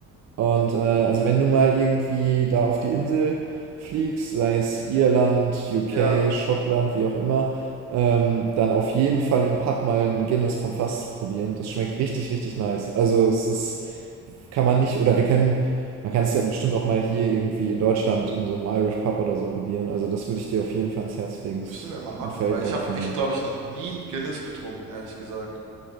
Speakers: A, on the right; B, on the right.
A: und äh, also wenn du mal irgendwie da auf die Insel fliegst, sei es Irland, UK,
B: ja.
A: Schottland, wie auch immer, ähm, dann auf jeden Fall im Pub mal ein Guinness vom Fass probieren. Das schmeckt richtig, richtig nice. Also es ist, kann man nicht, oder wir können, man kann es ja bestimmt auch mal hier irgendwie in Deutschland in so einem Irish Pub oder so probieren. Also das würde ich dir auf jeden Fall ans Herz legen.
B: Müssen
A: Das ist
B: wir mal machen,
A: ein Favorite
B: weil ich habe
A: von
B: echt,
A: mir.
B: glaube ich, noch nie ein Guinness getrunken, ehrlich gesagt.